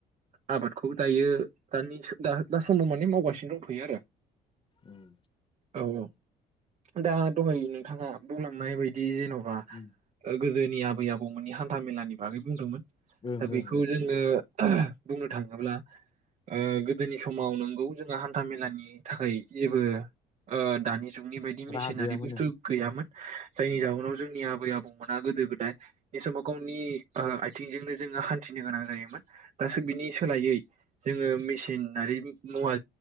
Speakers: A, on the right (about 45°); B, on the left (about 30°).
A: आबादखौ दायो दानिस दा दा समाव माने मावगासिनो दंफैयो आरो
B: उम
A: औ औ दा दहाय नोंथाङा बुंलांनाय बायदि जेन'ब बा
B: उम
A: ओ गोद दोनि आबै आबौमोननि हान्था मेलानि बागै बुंदोंमोन।
B: ओं
A: दा बेखौ
B: ओं ओं
A: जोङो बुंनो थाङोब्ला ओ गोदोनि समाव नोंगौ जोंहा हान्था मेलानि थाखाय जेबो ओ दानि जुग जुगनि बायदि मेसिनारि
B: राहा गैयामोन
A: बुस्थु
B: ओं
A: गैयामोन जायनि
B: उम
A: जाउनाव जोंनियाव आबै आबौ बुंमोना गोदो गोदाय बे समाव गावनि। आथिंजोंनो जोङो हान्थिनो गोनां जायोमोन दासो बिनि सोलायै जोङो मेसिनारि मुवा